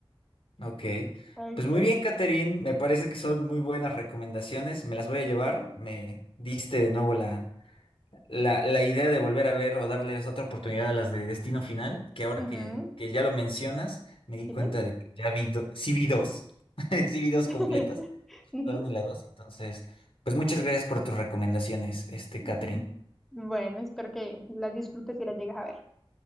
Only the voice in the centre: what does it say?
Ok.
Ujú,
ujú.
¿Sí?
<laughs>
Ujú.
Mm,
Bueno, espero que las disfrutes y las llegues a ver.